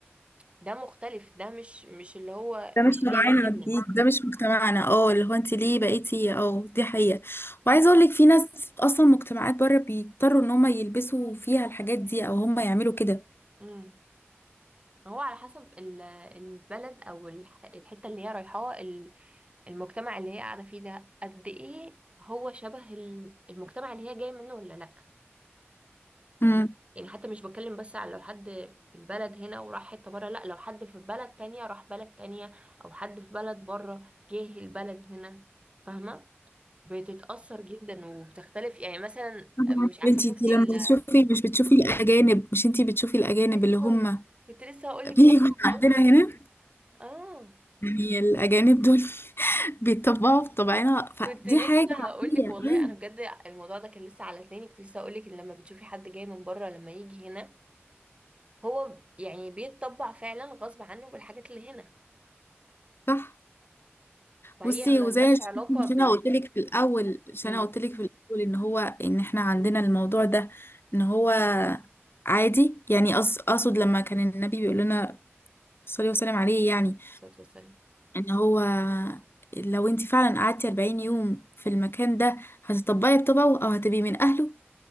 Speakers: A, on the right; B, on the left.
A: ده مختلف ده مش مش اللي هو
B: ده
A: مش
B: مش
A: اللي
B: طبعنا
A: يناسبنا
B: دي ده مش مجتمعنا اه اللي هو انت ليه بقيتي اه دي حقيقه وعايزه اقولك في ناس اصلا مجتمعات بره بيضطروا ان هم يلبسوا فيها الحاجات دي او هم يعملوا كده
A: امم هو على حسب ال- البلد أو الح- الحتة اللي هي رايحاها ال- المجتمع اللي هي قاعدة فيه ده قد إيه هو شبه ال- المجتمع اللي هي جاية منه ولا لأ فاهمة
B: امم
A: يعني حتى مش بتكلم بس على لو حد في البلد هنا وراح حتة بره لا لو حد في بلد تانية راح بلد تانية او حد في بلد بره جه البلد هنا فاهمة بتتأثر جدا وبتختلف يعني مثلا
B: طبعا
A: مش عارفة
B: انتي
A: شفتي
B: انتي
A: ال
B: لما بتشوفي مش بتشوفي الاجانب مش انتي بتشوفي الاجانب
A: ايوه
B: اللي هم
A: كنت لسه هقولك
B: بيجوا
A: كده
B: <laughs>
A: والله
B: عندنا هنا
A: اه
B: يعني الاجانب دول <laughs> بيتطبعوا بطبعنا فدي
A: كنت لسه
B: حاجه عاديه
A: هقولك والله
B: أيوة،
A: انا بجد الموضوع ده كان لسه على لساني كنت لسه هقولك ان لما بتشوفي حد جاي من بره لما يجي هنا هو يعني بيتطبع فعلا غصب عنه بالحاجات اللي هنا
B: صح
A: فهي
B: بصي
A: ملهاش
B: وزي ش-
A: علاقة
B: مش
A: بال
B: انا قلت لك في الاول مش
A: امم
B: انا قلت لك في الاول ان هو ان احنا عندنا الموضوع ده ان هو عادي يعني أص- اقصد لما كان النبي بيقول لنا صلي وسلم عليه يعني
A: صوت وسلم
B: ان هو لو انت فعلا قعدتي 40 يوم في المكان ده هتطبقي بطبعه او هتبقي من اهله